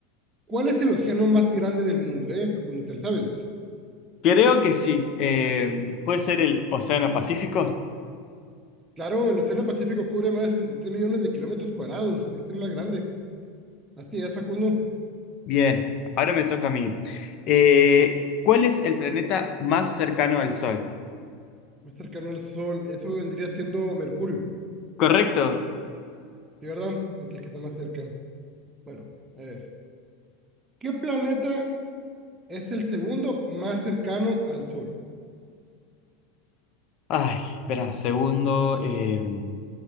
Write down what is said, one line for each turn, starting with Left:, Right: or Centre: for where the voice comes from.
Right: ¿Cuál es el océano más grande del mundo, eh, Facundo? ¿Te lo sabes?
Left: creo que sí. Eh, ¿puede ser el Océano Pacífico?
Right: Claro, el océano Pacífico cubre más de 63 millones de kilómetros cuadrados. Es el más grande. Así es, Facundo.
Left: Bien, ahora me toca a mí. Eh, ¿cuál es el planeta más cercano al Sol?
Right: Más cercano al Sol. Eso vendría siendo Mercurio.
Left: Correcto.
Right: ¿Sí, verdad? Es el que está más cerca. Bueno, a ver. ¿Qué planeta es el segundo más cercano al Sol?
Left: Ay, espera, segundo. eh,